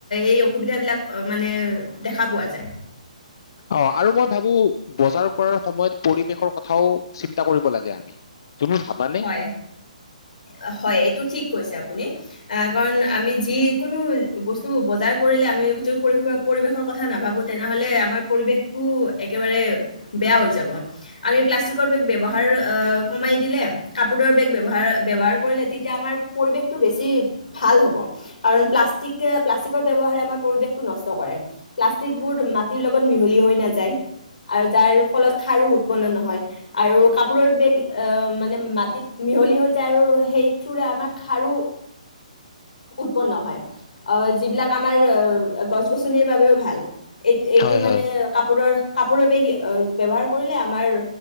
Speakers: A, on the left (about 80°); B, on the left (about 35°).
A: এই অসুবিধাবিলাক মানে দেখা পোৱা যায়।
B: অ আৰু মই ভাবো বজাৰ কৰাৰ সময়ত পৰিৱেশৰ কথাও চিন্তা কৰিব লাগে আমি তুমি ভাবানে
A: হয় অ হয় এইটো ঠিক কৈছে আপুনি, এ কাৰণ আমি যি কোনো বস্তুবোৰ বজাৰ কৰিলে আমি যদি পৰি পৰিৱেশৰ কথা নাভাবো তেনেহলে আমাৰ পৰিৱেশটো একেবাৰে বেয়া হৈ যাব আমি প্লাষ্টিকৰ বেগ ব্যৱহাৰ অহ কমাই দিলে কাপোৰৰ বেগ ব্যৱহাৰ ব্যৱহাৰ কৰিলে তেতিয়া আমাৰ পৰিৱেশটো বেছি ভাল হ'ব কাৰণ প্লাষ্টিকে প্লাষ্টিকৰ ব্যৱহাৰে আমাৰ পৰিৱেশটো নষ্ট কৰে প্লাষ্টিকবোৰ মাটিৰ লগত মিহলি হৈ নাযায় আৰু যাৰ ফলত খাৰো উৎপন্ন নহয় আৰু কাপোৰৰ বেগ অ মানে মাট মিহলি হৈ যায় আৰু সেই থ্ৰোৰে আমাৰ খাৰো উৎপন্ন হয় আহ যিবিলাক আমাৰ অ গছ গছনিৰ বাবেও ভাল এই এইটো
B: হয়
A: মানে
B: হয়
A: কাপোৰৰ কাপোৰৰ বেগ অ ব্যৱহাৰ কৰিলেও আমাৰ